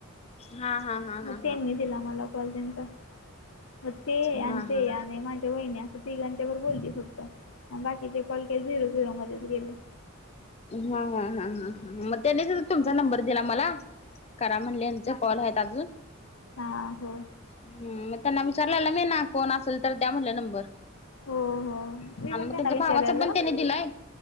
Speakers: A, on the left (about 30°); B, on the left (about 80°).
A: हा हा हा हा हा हा
B: मग त्यांनी दिला मला कॉल त्याचा. मग ते आहे आणि
A: हा हा हा
B: ते
A: हा
B: आणि माझ्या वाहिनी असं तिघांच्या वर बोलली फक्त. बाकीचे कॉल काय झिरो झिरो मध्येच गेले.
A: हा हा ह ह मग त्यांनीच तुमचा नंबर दिला मला करा म्हणल्याच. कॉल आहेत अजून?
B: हा हो.
A: हम्म मग त्यांना विचारला मी ना कोण असेल तर दया म्हटलं नंबर.
B: हो हो
A: मला
B: मी पण
A: मग
B: त्यांना
A: त्यांच्या
B: विचारलेलं
A: भावाचा पण त्याने दिलाय.